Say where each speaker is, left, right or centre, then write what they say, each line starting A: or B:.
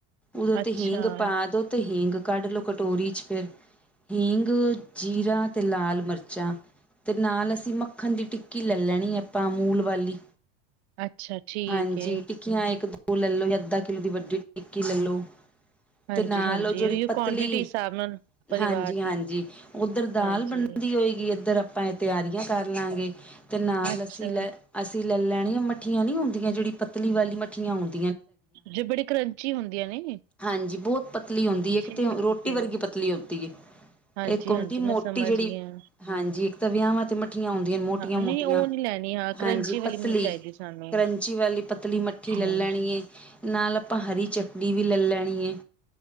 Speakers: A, in the centre; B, on the right.
A: ਉਦੋਂ ਤੇ
B: ਅੱਛਾ।
A: ਹੀਂਗ ਪਾ ਦੋ ਤੇ ਹੀਂਗ ਕੱਢ ਲੋੋ ਕਟੋਰੀ ਚ ਫਿਰ ਹੀਂਗ ਜੀਰਾ ਤੇ ਲਾਲ ਮਿਰਚਾਂ। ਤੇ ਨਾਲ ਅਸੀਂ ਮੱਖਣ ਦੀ ਟਿੱਕੀ ਲੈ ਲੈਣੀ ਆਪਾਂ ਅਮੂਲ ਵਾਲੀ
B: ਅੱਛਾ ਠੀਕ
A: ਹਾਂਜੀ।
B: ਏ,
A: ਟਿੱਕੀਆਂ ਇੱਕ ਦੋ ਲੈ ਲੋ ਅੱਧਾ ਕਿੱਲੋ ਦੀ ਵੱਡੀ ਟਿੱਕੀ ਲੈਲੋ।
B: ਹਾਂਜੀ-ਹਾਂਜੀ
A: ਤੇ ਨਾਲ ਉਹ ਜਿਹੜੀ
B: ਉਹੀਓ
A: ਪਤਲੀ,
B: ਕੁਆਂਟਿਟੀ ਹਿਸਾਬ ਨਾਲ ਪਰਿਵਾਰ
A: ਹਾਂਜੀ-ਹਾਂਜੀ
B: ਦੀ
A: ਉੱਧਰ ਦਾਲ
B: ਹਾਂਜੀ,
A: ਬਣ ਦੀ ਹੋਏਗੀ ਇੱਧਰ ਆਪਾਂ ਇਹ ਤਿਆਰੀਆਂ ਕਰ ਲਾਂਗੇ ਤੇ ਨਾਲ
B: ਅੱਛਾ
A: ਅਸੀਂ ਲੈ ਅਸੀਂ ਲੈ ਲੈਣਿਆ ਮਠੀਆਂ ਨੀ ਹੁੰਦੀਆਂ ਜਿਹੜੀ ਪਤਲੀ ਵਾਲੀ ਮੱਠੀਆਂ ਆੁਉਦੀਆਂ।
B: ਜੇ ਬੜੀ ਕਰੰਚੀ ਹੁੰਦੀਆਂ ਨੇ
A: ਹਾਂਜੀ ਬਹੁਤ ਪਤਲੀ ਹੁੰਦੀ ਹੈ
B: ਠੀਕ
A: ਕੀਤੇ
B: ਏ, ਠੀਕ
A: ਰੋਟੀ
B: ਏ।
A: ਵਰਗੀ ਪਤਲੀ ਹੁੰਦੀ ਹੈ।
B: ਹਾਂਜੀ-ਹਾਂਜੀ
A: ਇੱਕ ਹੁੰਦੀ ਮੋਟੀ
B: ਮੈਂ ਸਮਝ
A: ਜਿਹੜੀ
B: ਗਈ ਆ,
A: ਹਾਂਜੀ। ਇੱਕ ਤਾਂ ਵਿਆਹਾਂ ਤੇ ਮੱਠੀਆਂ ਆਉਂਦੀਆਂ ਮੋਟੀਆਂ
B: ਹਾਂ
A: ਮੋਟੀਆਂ
B: ਨਈ ਉਹ ਨੀ ਲੈਣੀ ਹਾਂ ਕਰੰਚੀ
A: ਹਾਂਜੀ
B: ਵਾਲੀ
A: ਪਤਲੀ।
B: ਚਾਈਦੀ ਸਾਨੂੰ
A: ਪੰਛੀ ਵਾਲੀ ਪਤਲੀ ਮੱਠੀ
B: ਹਾਂ,
A: ਲੇ ਲੈਣੀ ਐ। ਨਾਲ ਆਪਾਂ ਹਰੀ ਚਟਨੀ ਵੀ ਲੈ ਲੈਣੀ ਹੈ।